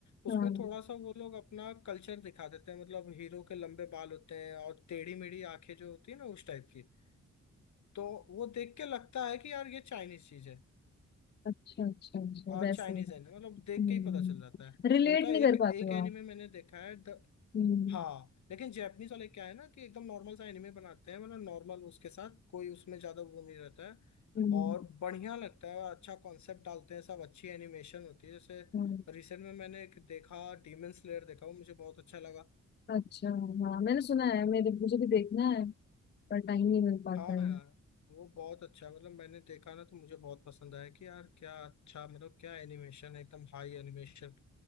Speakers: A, on the left; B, on the left.
A: उसमें
B: हाँ
A: थोड़ा सा वो लोग अपना कल्चर दिखा देते हैं मतलब हीरो के लंबे बाल होते हैं और टेढ़ी मेढ़ी आंखें जो होती है ना उस टाइप की तो वो देख के लगता है कि यार ये चाइनीज चीज है
B: अच्छा अच्छा अच्छा
A: और
B: वैसे
A: चाइनीज है ना मतलब
B: हम्म
A: देख के ही पता चल जाता है
B: रिलेट
A: उनका
B: नहीं
A: एक
B: कर
A: एक
B: पाते हो
A: एनिमे
B: आप
A: मैंने देखा है
B: हम्म
A: हाँ लेकिन जैपनीज वाले क्या है ना कि एकदम नॉर्मल सा एनिमे बनाते हैं मतलब नॉर्मल उसके साथ कोई उसमें ज्यादा वो नहीं रहता है
B: हम्म
A: और बढ़िया लगता है अच्छा कॉन्सेप्ट डालते हैं सब अच्छी एनिमेशन होती है जैसे
B: हम्म,
A: रिसेंट में मैंने एक देखा डीमन स्लेयर देखा वो मुझे बहुत अच्छा लगा
B: अच्छा हाँ मैंने सुना है मेरे मुझे भी देखना है पर टाइम नहीं मिल पाता
A: हाँ
B: है
A: यार वो बहुत अच्छा है मतलब मैंने देखा ना तो मुझे बहुत पसंद आया कि यार क्या अच्छा मतलब क्या एनिमेशन है एकदम हाई एनिमेशन